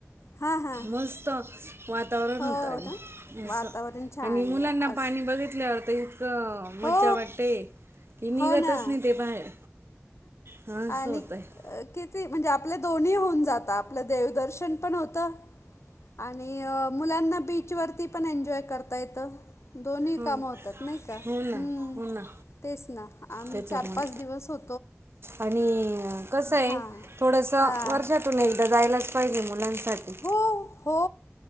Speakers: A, on the left (about 70°); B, on the right (about 55°).
A: हां हां
B: मस्त. वातावरण
A: हो
B: होतं आणि
A: ना
B: असं,
A: वातावरण छान आहे
B: मुलांना
A: आज
B: पाणी बघितल्यावर तर इतकं. मज्जा
A: हो
B: वाटते की, निघतच
A: हो ना
B: नाही ते बाहेर. हां, असं
A: आणि
B: होतं आहे
A: किती म्हणजे आपले दोन्ही होऊन जात. आपलं देवदर्श पण पण होतं. आणि मुलांना बीचवरती पण एन्जॉय करता येतं. दोन्ही
B: हो
A: कामं
B: ना.
A: होतात नाही का,
B: हो ना
A: हम्म
B: हो ना
A: तेच ना आम्ही
B: त्याच्यामुळे
A: चार पाच दिवस हो
B: आणि कसय
A: हां
B: थोडंसं
A: हां
B: वर्षात. तुम्ही एकदा जायलाच पाहिजे मुलांसाठी.
A: हो हो